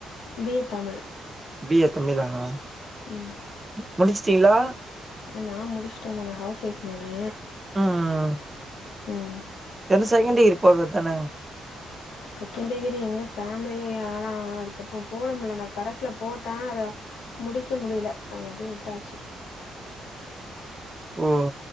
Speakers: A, on the left; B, on the right.
A: B A Tamil
B: B A Tamil தான
A: ம்
B: முடுச்ட்டிஹ்ளா
A: நா முடுச்ட்டமா நா ஹவுஸ் ஒய்ஃப் நானு
B: ம்ம்ம்
A: ம்ம்
B: அது செகண்ட் டிகிரி போட்றதான
A: செகண்ட் டிகிரி எங்க ஃபேமிலியே ஆளா ஆனதுக்கப்பறோ போட முல்ல நா கரஸ்ல போட்ட அத முடிக்க முடியில அத அப்டியே உட்டாச்சு
B: ஓ